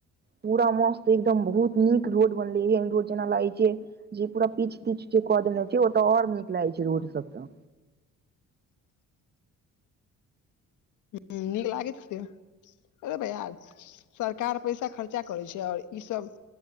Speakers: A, on the right; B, on the left.
A: पूरा मस्त एकदम बहुत नीक रोड बनलै एहन रोड जेना लागै छ जे पूरा पीछ तीछ जे कऽ देने छै ओतऽ ओर नीक लागे छै रोड सब त
B: ह नीक लागे त बर या सरकार पैसा खर्चा करै छै आओर ईसभ